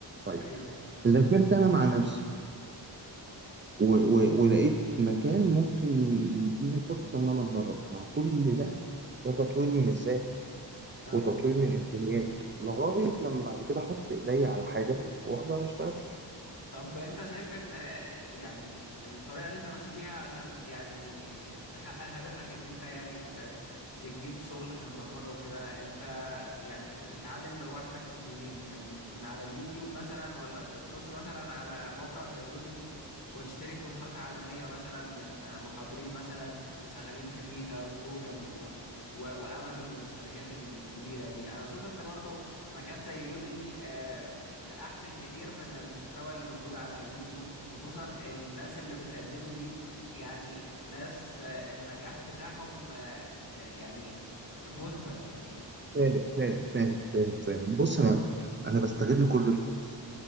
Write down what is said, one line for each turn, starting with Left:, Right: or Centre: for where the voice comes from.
Right: طيب
Left: ايوه,
Right: ذاكرت انا مع نفسي و و ولقيت مكان ممكن يديني فرصة ان انا اتدرب ما هو كل ده ده تطوير من الذات
Left: أيوة.
Right: وتطوير من الامكانيات لغاية لما بعد كده احط ايدي على حاجة واقدر اشتغل فيها
Left: طب انت شايف ان يعني الطريقة اللي انت ماشي بيها عشان يعني تحقق هدفك ان انت يعني ت- تجيب شغل في البرمجة وكده انت يعني بتتعلم لوحدك منين من من على اليوتيوب مثلا ولا بتخش مثلا على موقع زي يوديمي وتشتري كورسات عالمية مثلا من محاضرين مثلا ف- شغالين في ميتا وجوجل و و وامازون والشركات الكبيرة دي انا بشوف ان برضو مكان زي يوديمي آه، آه، احسن كتير من المحتوى اللي موجود على اليوتيوب خصوصا الناس اللي بتقدمه دي يعني ناس آه، النجاح بتاعهم آه، آه، يعني مثبت يعني
Right: فاهم فاهم فاهم فاهم فاهم بص انا انا بستغل كل الفرص